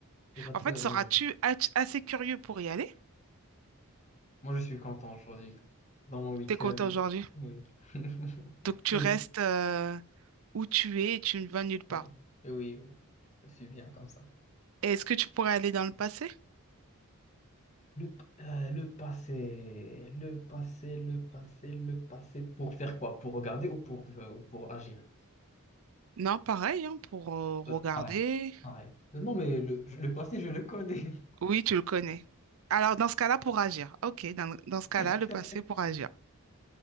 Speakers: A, on the left; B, on the right.
A: Et ça peut...
B: En fait, seras-tu
A: hmm.
B: ach- assez curieux pour y aller?
A: Moi, je suis content aujourd'hui, dans mon week-end.
B: T'es content aujourd'hui.
A: Oui. <laughs>
B: Donc, tu
A: Même-
B: restes euh, où tu es et tu ne vas nulle part.
A: euh, Oui, oui. Je suis bien comme ça.
B: Et Est-ce que tu pourrais aller dans le passé?
A: Le, euh, le passé, le passé, le passé, le passé. Pour faire quoi? Pour regarder ou pour, euh, ou pour agir?
B: Non, pareil, hein, pour euh, regarder
A: Euh, pareil, pareil. Euh, Non, mais le, je- le passé, je le connais.
B: Oui, tu le connais. Alors, dans ce cas-là, pour agir. OK, dans, dans ce cas-là,
A: <laughs>
B: le passé pour agir.